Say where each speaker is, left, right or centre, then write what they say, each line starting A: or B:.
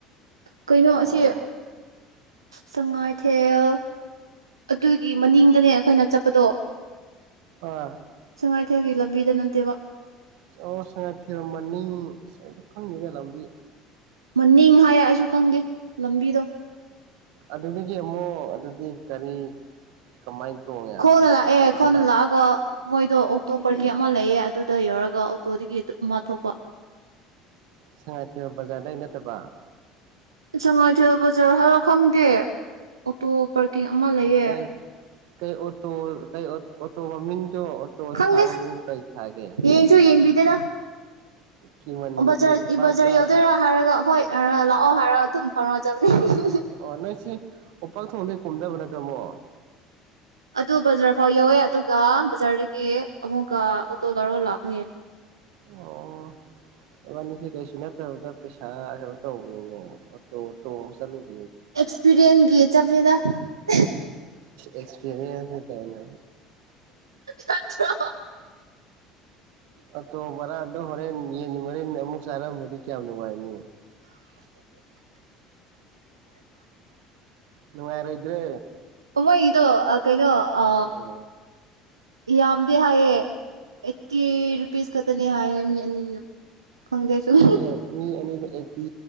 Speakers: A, on the right (about 80°); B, on the right (about 65°).
A: ꯀꯩꯅꯣ
B: ꯑꯣ
A: ꯑꯁꯤ ꯁꯉꯥꯏꯊꯦꯜ ꯑꯗꯨꯒꯤ ꯃꯅꯤꯡꯗꯅꯦ ꯑꯩꯈꯣꯏꯅ ꯆꯠꯄꯗꯣ
B: ꯑꯥ
A: ꯁꯉꯥꯏꯊꯦꯜꯒꯤ ꯂꯝꯕꯤꯗ ꯅꯠꯇꯦꯕ
B: ꯑꯣ ꯁꯉꯥꯏꯊꯦꯜ ꯃꯅꯤꯡ ꯈꯪꯗꯦꯗ ꯂꯝꯕꯤ
A: ꯃꯅꯤꯡ ꯍꯥꯏ ꯑꯩꯁꯨ ꯈꯪꯗꯦ ꯂꯝꯕꯤꯗꯣ
B: ꯑꯗꯨꯗꯒꯤ ꯑꯃꯨꯛ ꯑꯗꯨꯗꯤ ꯀꯔꯤ ꯀꯃꯥꯏꯅ ꯇꯣꯡꯉꯦ
A: ꯈꯣꯡꯅ ꯂꯥꯛꯑꯦ
B: ꯑꯁꯤꯗ
A: ꯈꯣꯡꯅ
B: ꯂꯥꯛꯄ
A: ꯂꯥꯛꯑꯒ ꯃꯣꯏ ꯑꯗꯣ ꯑꯣꯇꯣ ꯄꯔꯀꯤꯡ ꯑꯃ ꯂꯩꯑꯦ ꯑꯗꯨꯗ ꯌꯧꯔꯒ ꯑꯣꯇꯣꯗꯒꯤ ꯑꯃ ꯊꯣꯛꯄ
B: ꯁꯉꯥꯏꯊꯦꯜ ꯕꯥꯖꯔꯗꯩꯩ ꯅꯠꯇꯕ
A: ꯁꯉꯥꯏꯊꯦꯜ ꯕꯖꯥꯔ ꯍꯥꯏꯔꯣ ꯈꯪꯗꯦ ꯑꯣꯇꯣ ꯄꯥꯔꯀꯤꯡ ꯑꯃ ꯂꯩꯌꯦ
B: ꯀꯩ ꯀꯩ ꯑꯣꯇꯣ ꯇꯣ ꯀꯩ ꯑꯣꯇꯣ ꯇꯣ ꯃꯃꯤꯡ ꯇꯣ ꯑꯣꯇꯣ
A: ꯈꯪꯗꯦ
B: ꯊꯥꯕ ꯃꯃꯤꯡꯗꯣ ꯀꯩ ꯊꯥꯒꯦ
A: ꯌꯦꯡꯁꯨ ꯌꯦꯡꯕꯤꯗꯦꯗ
B: ꯀꯤꯃꯟꯕꯒꯤ
A: ꯕꯖꯥꯔ
B: ꯄꯥꯟꯆꯥ
A: ꯕꯖꯥꯔ ꯌꯧꯗꯣꯏꯔꯥ ꯍꯥꯏꯔꯒ ꯍꯣꯏ ꯑ ꯂꯥꯛꯑꯣ ꯍꯥꯏꯔꯑꯣ ꯑꯗꯨꯝ ꯐꯥꯎꯔꯛꯖꯕꯅꯦ
B: ꯑꯣ ꯅꯣꯏꯁꯤ ꯎꯄꯥꯛ ꯊꯣꯡꯈ ꯀꯨꯝꯗꯕ ꯅꯠꯇ꯭ꯔꯃꯣ
A: ꯑꯗꯨ ꯕꯖꯥꯔ ꯐꯥꯎ ꯌꯧꯋꯦ ꯑꯗꯨꯒ ꯕꯖꯥꯔꯗꯒꯤ ꯑꯃꯨꯛꯀ ꯑꯣꯇꯣ ꯂꯧꯔꯒ ꯂꯥꯛꯄꯅꯦ
B: ꯑꯣ ꯏꯕꯥꯅꯤꯁꯦ ꯀꯩꯁꯨ ꯅꯠꯇꯕꯗ ꯄꯩꯁꯥ ꯈꯔ ꯇꯧꯕꯅꯤꯅꯦ ꯑꯣꯇꯣ ꯑꯣꯇꯣ ꯑꯃꯨ ꯆꯠꯂꯨꯕ
A: ꯑꯦꯛꯁꯄꯤꯔꯤꯌꯦꯟꯁꯒꯤ ꯆꯠꯄꯅꯤꯗ <inaudible>
B: ꯑꯦꯁꯄꯤꯔꯦꯟ ꯀꯥꯏꯅ
A: ꯅꯠꯇ꯭ꯔꯣ
B: ꯑꯣꯇꯣ ꯕꯔꯥꯗꯣ ꯍꯣꯔꯦꯟ ꯌꯦꯟ ꯃꯔꯤꯟ ꯑꯃꯨꯛ ꯆꯥꯔꯝꯕꯗꯤ ꯀꯌꯥꯝ ꯅꯨꯡꯉꯥꯏꯅꯤ ꯅꯨꯉꯥꯏꯔꯣꯏꯗ꯭ꯔꯥ
A: ꯃꯣꯏꯒꯤꯗꯣ ꯀꯩꯅꯣ ꯑ
B: ꯑꯣ
A: ꯌꯥꯝꯗꯤ ꯍꯥꯏꯌꯦ ꯑꯩꯇꯤ ꯔꯨꯄꯤꯁ ꯈꯛꯇꯅꯤ ꯍꯥꯏꯌꯦ ꯃꯤ ꯑꯅꯤ ꯈꯪꯗꯦ ꯁꯨꯝ
B: ꯃꯤ ꯃꯤ ꯑꯅꯤ ꯑꯩꯇꯤ